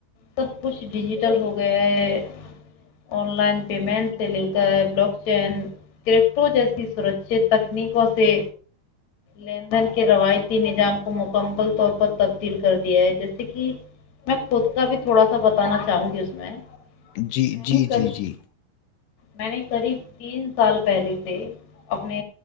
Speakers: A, on the left; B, on the left.
A: سب کچھ ڈیجیٹل ہو گیا ہے آن لائن پیمنٹ سے لے کر بلک چین کرپٹو جیسی سرکچت تکنیکوں سے لیندن کے روایتی نظام کو مکمل طور پر تبدیل کر دیا ہے جیسے کہ میں خود کا بھی تھوڑا سا بتانا چاہوں گی اس میں
B: جی
A: میں
B: جی
A: نے قریب
B: جی جی
A: میں نے قریب تین سال پہلے سے اپنے